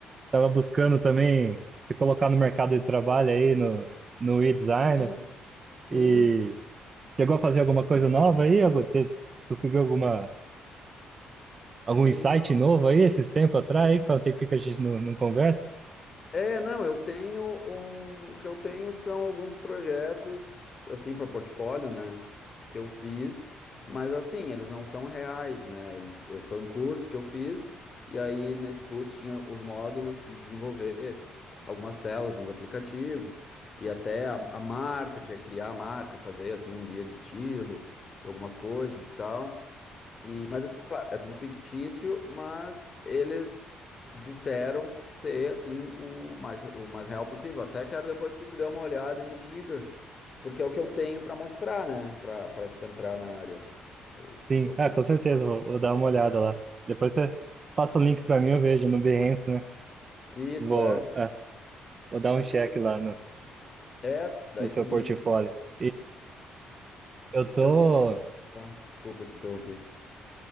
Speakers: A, on the right (about 40°); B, on the left (about 40°).
A: tava buscando também se colocar no mercado de trabalho aí, no, no e-designer.
B: sim, sim.
A: E chegou a fazer alguma coisa nova aí? Algum- te- Conseguiu alguma, algum
B: Não-
A: insight novo aí esses tempos atrás aí, que faz um tempinho que a gente não, não conversa?
B: É, não, eu tenho um, o que eu tenho são alguns projetos assim para portfólio, né, que eu fiz, mas assim, eles não são reais, né? Eles eh, foi um curso que eu fiz e aí nesse curso tinha os módulos de desenvolver esses- algumas telas de uns aplicativos e até a, a marca, tinha que criar a marca, fazer assim um guia de estilo, de algumas coisas e tal. E, mas assim, claro, é tudo fictício, mas eles disseram ser assim o mais, o mais real possível. Até quero depois que tu dê uma olhada e me diga, porque é o que eu tenho pra mostrar, né? Pra, pra tipo entrar na área. Eu-
A: Sim,
B: É o
A: ah,
B: que eu
A: com certeza, vou, vou dar uma olhada lá. Depois você passa o link pra mim, eu vejo no Behance, né?
B: se isso
A: Vou,
B: é.
A: ah, vou dar um check lá no,
B: É, daí
A: no seu
B: tu me
A: portfólio. E eu tô,
B: eu não sei. Ah, desculpa te interromper.